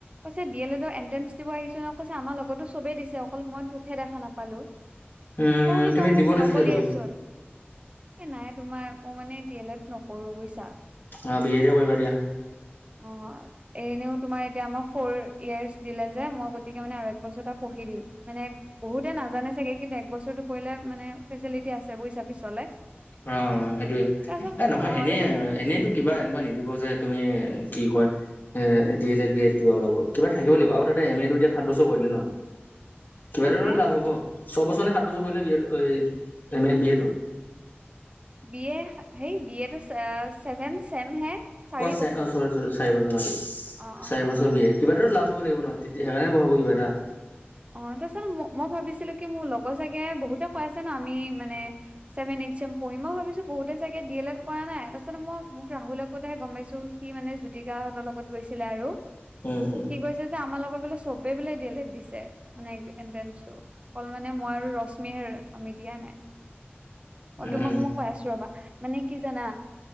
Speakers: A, on the right (about 30°); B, on the left (about 50°).
A: কৈছে ডি এল এডৰ এণ্ট্ৰেন্ঞ্চ দিব আহিছো ন কৈছে আমাৰ লগতো চবেই দিছে অকল মই তোকহে দেখা নাপালো।
B: উম
A: মই বোলো
B: তুমি
A: তই মোক
B: দিব লাগিছিলেতো
A: নকলিয়ে চোন এ নাই তোমাৰ মোৰ মানে ডি এলেড নকৰো বুইছা।
B: অ বি এ দে কৰিবা দিয়া
A: অ এনেও তোমাৰ এতিয়া আমাৰ ফ'ৰ ইয়েৰ্চ দিলে যে মই গতিকে মানে আৰু এবছৰটা পঢ়ি দিম। মানে বহুতে নাজানে চাগে কিন্তু একবছৰটো পৰিলে মানে ফেচিলিটি আছে বুইছা পিছলে।
B: অঁ সেইটোৱে
A: তাৰপিছত
B: এ নহয়
A: অ তাৰপিছত
B: এনেই
A: মোক
B: এনেইত- টো কিবা এনেকুৱা নিদিব যে তুমি কি কয়- এ D El Ed B A কিবা ওলাব কিবা থাকিব লাগিব আও তাতে এম এ টো এতিয়া সাত বছৰ কৰি দিলে ন? কিবা এটাটো
A: হে
B: লাভ হ'ব ছয়বছৰ নে সাত বছৰ কৰিলে B A M A B এটো?
A: বি এ সেই বি এটো ছেভেন চেম হে। চাৰি
B: অ চে
A: বছৰ।
B: অ চৰি চাৰি বছৰ পা দিয়ে
A: অ অ
B: চাৰি বছৰ
A: অ।
B: বিয়ে। কিবা এটাটো লাভ হ' লাগিব ন তেতি সেইকাৰণেহে পঢ়াব কিবা এটা।
A: অ, তাছত মই ভাবিছিলো কি মোৰ লগৰ চাগে বহুতে কৈ আছে ন' আমি মানে- ছেভেন এইটছে পঢ়ি মই ভাবিছো বহুতে চাগে ডি এলত কৰা নাই তাপাছত মই মোক ৰাহুলে- কওতেহে গম পাইছো সি মানে জ্যোতিকাহঁতৰ লগত গৈছিলে আৰু।
B: উম উম
A: সি কৈছে যে আমা লগৰ বোলে চবেই বোলে ডি এ লেদ দিছে। মানে এন্টেনছ অকল মানে মই আৰু ৰশ্মিয়েহে আমি দিয়া নাই। অঁ,
B: উম
A: তোমাক
B: উম
A: মই কৈ আছো ৰ'বা মানে কি জানা?